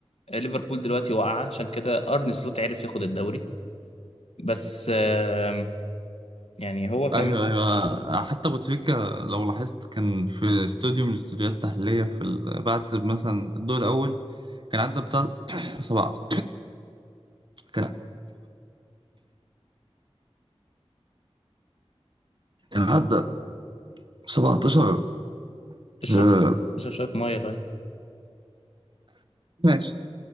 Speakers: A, on the left (about 75°); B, on the right (about 50°).
A: ليفربول دلوقتي واقعة عشان كده أرن سلوت عرف ياخد الدوري بس آه يعني هو كمان
B: ايوه ايوه حتى ابو تريكة لو لاحظت كان في استوديو من الاستوديوهات التحليليه في ال- بعد مثلا الدور الاول كان عدى بتاع <coughs> سبعة كان <coughs> كان عدى 17
A: اشرب
B: آه،
A: اشرب شوية مية طيب.
B: ماشي